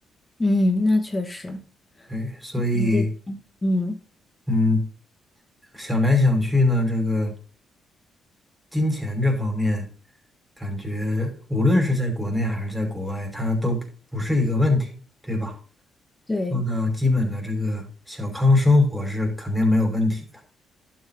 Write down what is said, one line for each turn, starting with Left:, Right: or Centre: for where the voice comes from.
Left: 嗯，那确实。
Centre: 对，所以
Left: 经济嗯，
Centre: 嗯，想来想去呢，这个。金钱这方面，感觉无论是在国内还是在国外，它都不不是一个问题，对吧？
Left: 对
Centre: 做到基本的这个小康生活是肯定没有问题的，